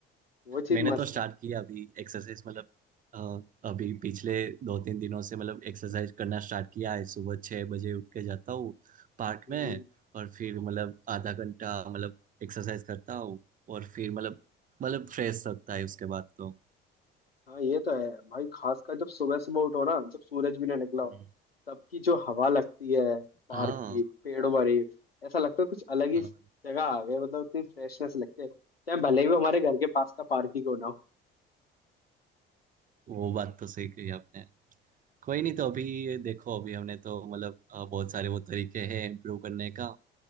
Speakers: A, on the left (about 85°); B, on the right (about 30°).
A: वो चीज
B: मैंने
A: मस्त
B: तो स्टार्ट
A: है
B: किया अभी एक्सरसाइज मतलब अ, अभी पिछले दो तीन दिनों से मतलब एक्सरसाइज करना स्टार्ट किया है सुबह छः बजे उठ के जाता हूँ पार्क
A: हम्म,
B: में और फिर मतलब आधा घंटा मतलब एक्सरसाइज करता हूँ और फिर मतलब मतलब फ्रेश लगता है उसके बाद तो
A: हाँ ये तो है भाई खासकर जब सुबह सुबह उठो ना जब सूरज भी ना निकला हो
B: हम्म।
A: तब की जो हवा लगती है पार्क
B: हाँ
A: की पेड़ों वाली ऐसा लगता है कुछ अलग ही
B: हाँ,
A: जगह आ गए मतलब इतनी फ्रेशनेस लगती है चाहे भले ही वो हमारे घर के पास का पार्क ही क्यों ना हो
B: वो बात तो सही कही आपने कोई नहीं तो अभी देखो अभी हमने तो मतलब अ, बहुत सारे वो तरीके हैं इम्प्रूव करने का